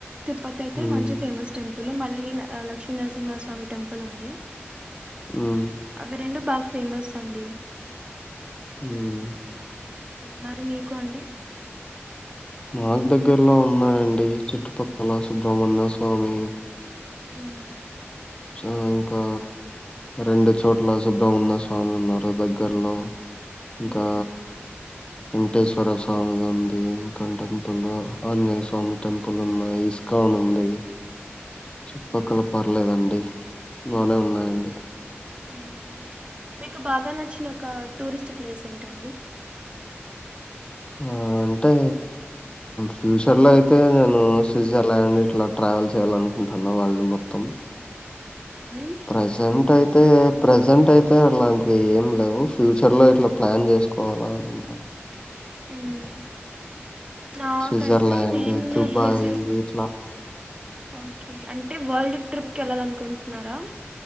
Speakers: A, on the right; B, on the left.
A: తిరుపతి అయితే
B: హ్మ్
A: మంచి ఫేమస్ టెంపుల్ పుల మళ్ళీ లక్ష్మీనరసింహ స్వామి టెంపుల్ ఉంది
B: హ్మ్
A: అవి రెండు బఫ్ ఫేమస్ అండి
B: హుమ్
A: మరి మీకు అండి
B: మాక్ దగ్గర్లో ఉన్నాయండి చుట్టుపక్కల సుబ్రహ్మణ్య స్వామి
A: ఊహుమ్
B: సో ఇంకా రెండు చోట్ల సుబ్రహ్మణ్య స్వామి ఉన్నారు దగ్గర్లో ఇంకా
A: ఉ
B: వెంకటేశ్వర స్వామి దుంది క్కన్ టెంపుల్లో ఆంజనేయ స్వామి టెంపుల్ ఉన్నాయి ఇస్కాన్ అని ఉంది చుట్పక్కల పర్లేదండి బానే ఉన్నాయండి
A: ఉమ్ మీకు బాగా నచ్చిన ఒక టూరిస్ట్ ప్లేస్ ఏంటండి
B: ఆ అంటే ఫ్యూచర్ లో అయితే నేను స్విట్జర్లాండ్ ఇట్లా ట్రావెల్ చేయ్యాలనుకుంటున్నా వాళ్ళు మొత్తం
A: ఉమ్,
B: ప్రెజెంట్ అయి అయితే ప్రెజెంట్ అయితే అలాంటివి ఏం లేవు ఫ్యూచర్ లో ఇట్లా ప్లాన్ చేసుకోవాలా అని ఉన్నా
A: ఉమ్ నా
B: స్విట్జర్‌లాండ్,
A: కైతే నేను
B: దుబాయ్
A: విజిట్
B: ఇట్లా
A: ఓకే అంటే వాల్డ్ ట్రిప్కెల్లాలనుకుంటు ఉన్నారా